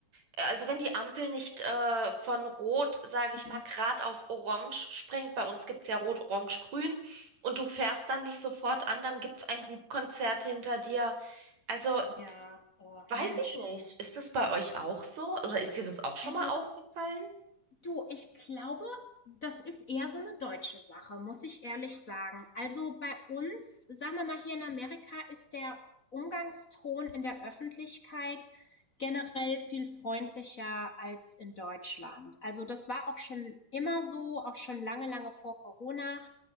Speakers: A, on the right; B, on the left.
A: äh, also wenn die Ampel nicht äh, von Rot, sage
B: Mhm.
A: ich mal, grad auf Orange springt, bei uns gibt's ja Rot, Orange, Grün, und du fährst dann nicht sofort an, dann gibt's ein Hupkonzert hinter dir. Also
B: Ja, oh
A: weiß
B: Mensch.
A: ich nicht, ist das bei euch auch so oder ist dir das auch schon
B: Also
A: mal aufgefallen?
B: Du, ich glaube, das ist eher so eine deutsche Sache, muss ich ehrlich sagen. Also, bei uns, sagen wir mal hier in Amerika, ist der Umgangston in der Öffentlichkeit generell viel freundlicher als in Deutschland. Also, das war auch schon immer so, auch schon lange, lange vor Corona,